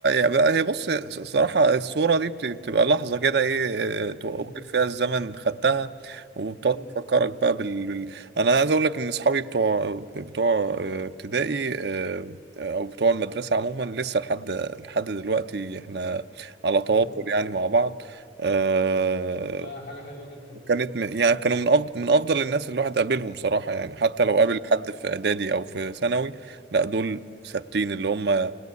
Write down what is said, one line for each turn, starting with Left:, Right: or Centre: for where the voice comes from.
Right: هي بقى- هي بص الصراحة الصورة دي بت- بتبقى لحظة كده ايه توقف
Left: مم،
Right: فيها الزمن خدتها وبتقعد
Left: مم،
Right: تفكرك بقى بال... بال... انا عايز اقول لك ان اصحابي بتوع بتوع آه، ابتدائي آه، او بتوع المدرسة عموما لسه لحد لحد دلوقتي احنا على تواصل
Left: مم.
Right: يعني مع بعض آه،
Left: ده حاجة حلوة جدا
Right: وكانت من... يعني كانوا من افضل من افضل الناس اللي الواحد قابلهم صراحة يعني حتى لو قابل حد في اعدادي او في ثانوي لا دول ثابتين اللي هم